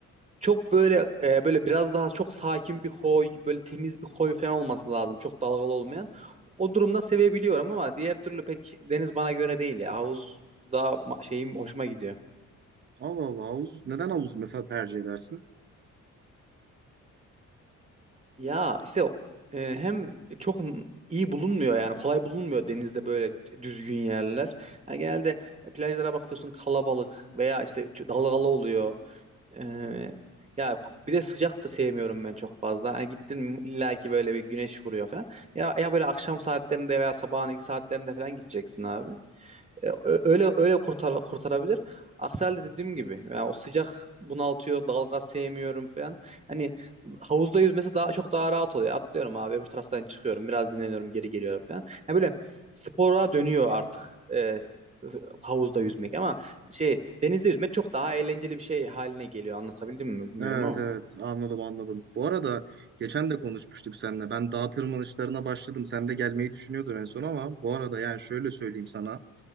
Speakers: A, on the right (about 20°); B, on the right (about 40°).
A: çok böyle e, böyle biraz daha çok sakin bir koy, böyle temiz bir koy falan olması lazım. Çok dalgalı olmayan. O durumda sevebiliyorum ama diğer türlü pek deniz bana göre değil ya. Havuz daha ma- şeyim hoşuma gidiyor.
B: Allah Allah havuz. Neden havuz mesela tercih edersin?
A: Ya işte e, hem çok n- iyi bulunmuyor yani kolay bulunmuyor denizde böyle düzgün yerler. Yani genelde plajlara bakıyorsun kalabalık veya işte çok dalgalı oluyor. Ee, ya bir de sıcak da sevmiyorum ben çok fazla. Hani gittin mi illa ki böyle bir güneş vuruyor falan. Ya ya böyle akşam saatlerinde veya sabahın ilk saatlerinde falan gideceksin abi. E, ö- öyle öyle kurtar kurtarabilir. Aksi halde dediğim gibi yani o sıcak bunaltıyor, dalga sevmiyorum falan. Hani havuzda yüzmesi daha çok daha rahat oluyor. Atlıyorum abi öbür taraftan çıkıyorum, biraz dinleniyorum, geri geliyorum falan. Yani böyle spora dönüyor artık e, s- havuzda yüzmek ama şey denizde yüzmek çok daha eğlenceli bir şey haline geliyor. Anlatabildim mi bilmiyorum
B: Evet
A: ama.
B: evet anladım anladım. Bu arada geçen de konuşmuştuk seninle. Ben dağ tırmanışlarına başladım. Sen de gelmeyi düşünüyordun en son ama bu arada yani şöyle söyleyeyim sana.